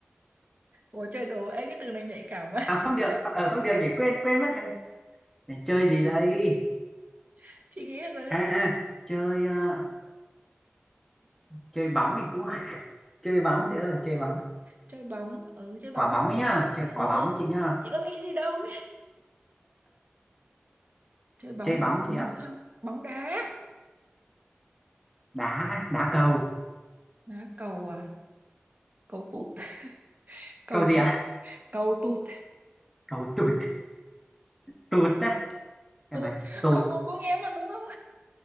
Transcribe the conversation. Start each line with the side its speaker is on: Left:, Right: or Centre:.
Right: Ủa chơi đồ ê cái từ này nhạy cảm quá
Centre: à không được ờ không được nhỉ quên quên mất em để chơi gì đây
Right: <laughs> chị nghĩ là có
Centre: à à chơi ờ, chơi bóng thì cũng <laughs> chơi bóng chị ơi chơi bóng
Right: chơi bóng ừ chơi bóng
Centre: quả bóng ấy
Right: ừ,
Centre: nhá chơi quả
Right: ừ.
Centre: bóng ấy chị nhá
Right: chị có nghĩ gì đâu chơi bóng
Centre: chơi bóng
Right: bóng
Centre: chị ạ
Right: ờ, bóng đá
Centre: đá đá cầu
Right: đá cầu à cầu tụt <laughs> cầu
Centre: cầu gì ạ
Right: cầu tụt
Centre: cầu tụt tụt á Cái
Right: tụt
Centre: mà tụt
Right: cầu tụt của nghe mà đúng không